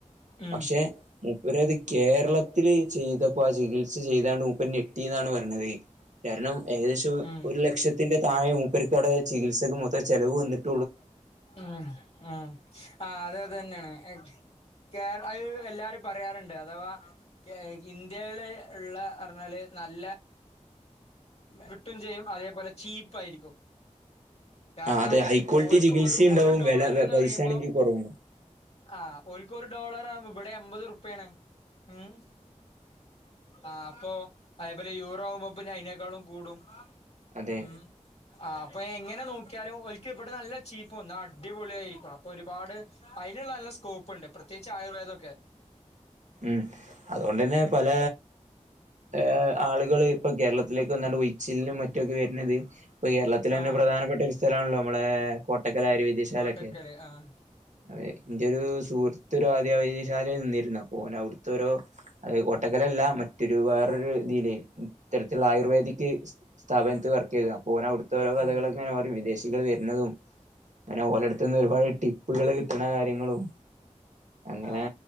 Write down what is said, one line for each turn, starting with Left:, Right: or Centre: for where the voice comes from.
Left: ഉം
Right: പക്ഷെ. മുപ്പരത് കേരളത്തില്ൽ ചെയ്തപ്പോ ആ ചികിത്സ ചെയ്താണ്ട് മുപ്പര്ഞെട്ടിന്നാണ് പറഞ്ഞത്. കാരണം ഏകദേശം
Left: ഉം
Right: ഒരു ലക്ഷത്തിന്റെ താഴെ മൂപ്പര്ക്ക് അവിടെ ചികിത്സക്ക് മൊത്തം ചെലവ് വന്നിട്ട്.
Left: ഉം ഉ ആ അത് അത് തന്നെയാണ്. കേറ അ എല്ലാരും പറയാറുണ്ട് അഥവാ. ഇന്ത്യയില് ഇള്ള പറഞ്ഞാല് നല്ല. കിട്ടും ചെയ്യും അതേപോലെ ചീപ്പായിരിക്കും. കാരണം
Right: ആ അതെ ഹൈ ക്വാളിറ്റി
Left: ഓല്ക്ക്
Right: ചികിത്സയും
Left: ഒരു
Right: ഉണ്ടാവും
Left: ഒരു ഡോളർ
Right: വില
Left: എന്ന്
Right: പൈസ
Left: പറയുമ്പോ.
Right: ആണെങ്കിൽ കുറവുണ്ടാവും
Left: ആ ഒരക്ക് ഒരു ഡോളർ ആവുമ്പോ ഇവിടെ എമ്പത് ഉറുപ്പിയാണ് ഉം. ആ അപ്പൊ അതേപോലെ യൂറോ മപ്പ അതിനേക്കാളും കൂടും
Right: അതെ
Left: ഉം ആ അപ്പൊ എങ്ങനെ നോക്കിയാലും ഒൽക്ക് ഇവിടെ നല്ല ചീപ്പ് വന്നു. അടിപൊളിയായിരിക്കും അപ്പൊ ഒരുപാട്. അയിന്ള്ള നല്ല സ്കോപ്പ് ഉണ്ട് പ്രത്യേകിച്ച് ആയുർവേദക്കെ.
Right: ഉം അതോണ്ട്ന്നെ പല ഏ ആളുകള് ഇപ്പൊ കേരളത്തിലേക്ക് വന്നണ്ട് ഉഴിച്ചിലിനും മറ്റുക്കെ വരുന്നത്. <inaudible> ഇപ്പൊ കേരളത്തിൽ തന്നെ
Left: ആഹ്
Right: പ്രധാനപ്പെട്ട ഒരു സ്ഥലണല്ലോ നമ്മളെ കോട്ടക്കല ആര്യ വൈദ്യ വൈദ്യശാലൊക്കെ
Left: കോട്ടക്കല് ആഹ്
Right: അതെ എന്റെ ഒരു സുഹൃത്ത് ഒരു ആര്യ വൈദ്യശാലയിൽ നിന്നിരുന്നു അപ്പോ ഓന് അവ്ട്തൊരു. അത് കോട്ടക്കല അല്ല മറ്റൊരു വേറൊരു തിയില് ഇത്തരത്തിലുള്ള ആയുർവേദിക്. സ്ഥാപനത്തി വർക്ക് ചെയ്തു അപൊന് അവിടുത്തെ ഓരോ കഥകൾക്കെ
Left: ഉം
Right: അങ്ങനെ പറയും വിദേശികൾ വരുന്നതും അങ്ങനെ ഓലടുത് നിന്ന് ഒരുപാട് ടിപ്പുകള് കിട്ടണ കാര്യങ്ങളും. അങ്ങനെ
Left: ആ